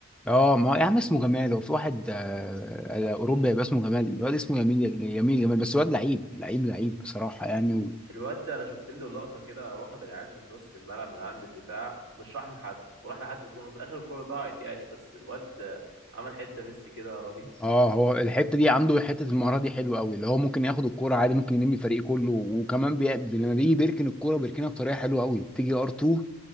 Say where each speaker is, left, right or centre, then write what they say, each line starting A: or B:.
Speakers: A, in the centre; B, on the right.
A: اه ما يا عم اسمه جمال هو في واحد آه، آه، اوروبا يبقى اسمه جمال الواد اسمه يميل يميل جمال بس الواد لعيب لعيب لعيب بصراحة يعني و...
B: الواد ده انا شفت له لقطة كده واخد العيال من نص الملعب من عند الدفاع مش راحم حد وراح لحد الكورة في الاخر الكورة ضاعت يعني بس الواد عمل حتة ميسي كده رهيب
A: اه هو الحتة دي عنده حتة المهارة دي حلوة قوي اللي هو ممكن ياخد الكورة عادي ممكن يلم الفريق كله وكمان بي... لما بيجي بيركن الكورة بيركنها بطريقة حلوة قوي تيجي ار2